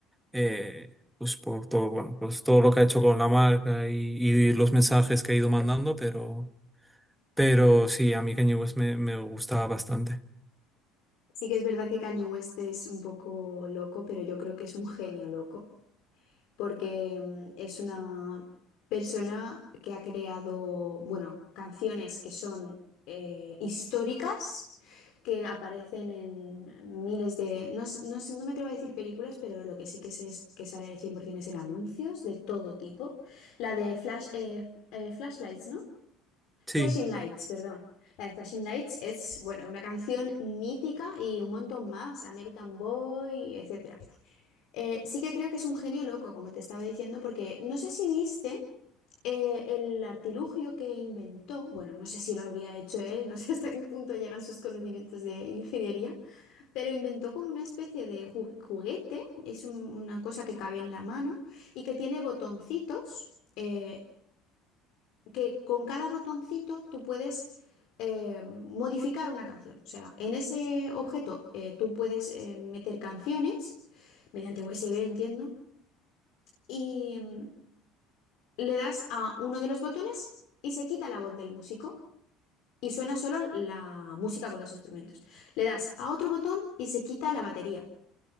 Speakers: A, in the centre; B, on the left (about 70°).
A: eh, pues por todo, bueno, pues todo lo que ha hecho con la marca y, y los mensajes que ha ido mandando, pero, pero sí, a mí Kanye West me, me gusta bastante.
B: Sí que es verdad que Kanye West es un poco loco, pero yo creo que es un genio loco. porque mm, es una persona que ha creado, bueno, canciones que son eh, históricas, que aparecen en miles de, no, s- no, s- no me atrevo a decir películas, pero lo que sí que sé es que sale 100% es en anuncios de todo tipo. La de Flash, eh, eh, Flashlights, ¿no?
A: Sí.
B: Flashing Lights, perdón. La de Flashing Lights es, bueno, una canción mítica y un montón más, American Boy, etc. Eh, sí que creo que es un genio loco, como te estaba diciendo, porque no sé si viste eh, el artilugio que inventó, bueno, no sé si lo habría hecho él, no sé <laughs> hasta qué punto llegan sus conocimientos de ingeniería, pero inventó como una especie de ju- juguete, es un- una cosa que cabe en la mano y que tiene botoncitos, eh, que con cada botoncito tú puedes... eh, modificar una canción. O sea, en ese objeto eh, tú puedes eh, meter canciones mediante USB, entiendo y mm, le das a uno de los botones y se quita la voz del músico y suena solo la música con los instrumentos. Le das a otro botón y se quita la batería.